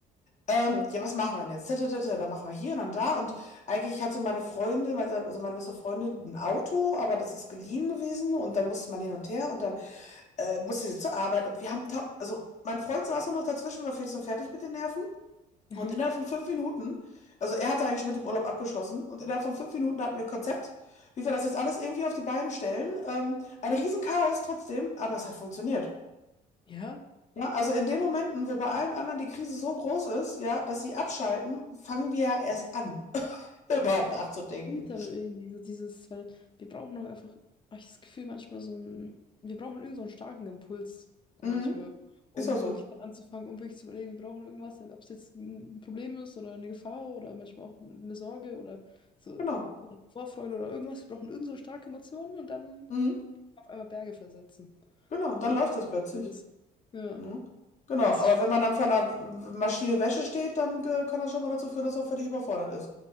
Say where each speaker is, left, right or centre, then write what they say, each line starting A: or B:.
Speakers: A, on the left; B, on the left.
A: Ähm,
B: Oh Gott.
A: ja, was machen wir denn jetzt? Tatatata, Dann machen wir hier und dann da. Und eigentlich hatte meine Freundin, meine- also meine beste Freundin, ein Auto, aber das ist geliehen gewesen und dann musste man hin und her und dann äh, musste sie zur Arbeit und wir haben, ta- also mein Freund saß nur noch dazwischen, war fix und fertig mit den Nerven
B: Aha.
A: und innerhalb von fünf Minuten, also er hatte eigentlich schon mit dem Urlaub abgeschlossen und innerhalb von fünf Minuten hatten wir ein Konzept, wie wir das jetzt alles irgendwie auf die Beine stellen. Ähm, ein Riesenchaos trotzdem, aber es hat funktioniert.
B: Ja.
A: Ja, also in den Momenten, wo bei allen anderen die Krise so groß ist, ja, dass sie abschalten, fangen wir ja erst an, <laughs> überhaupt nachzudenken.
B: Stimmt aber irgendwie so dieses, weil wir brauchen doch einfach, hab ich das Gefühl, manchmal so ein, wir brauchen irgend so einen starken Impuls manchmal,
A: Mhm.
B: um
A: Ist auch so.
B: wirklich dann anzufangen, um wirklich zu überlegen, wir brauchen irgendwas, ob es jetzt ein Problem ist oder eine Gefahr oder manchmal auch eine Sorge oder so
A: Genau.
B: oder Vorfreude oder irgendwas. Wir brauchen irgend so eine starke Emotion und dann
A: Mhm.
B: auf einmal Berge versetzen.
A: Genau, dann
B: So
A: läuft das plötzlich.
B: ist. Ja,
A: Mhm. Genau,
B: das
A: aber
B: ist
A: wenn man dann vor einer Maschine Wäsche steht, dann äh, kann das schon mal dazu führen, dass man völlig überfordert ist.